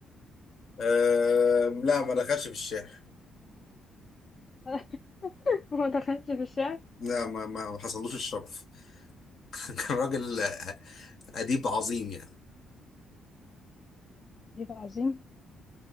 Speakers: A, on the left; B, on the left.
A: أه لا ما دخلش في الشارع
B: <laughs> ما دخلش في الشعر
A: لا ما ما ما حصلوش الشرف <laughs> كان راجل آه، أديب عظيم يعني
B: عجيب عظيم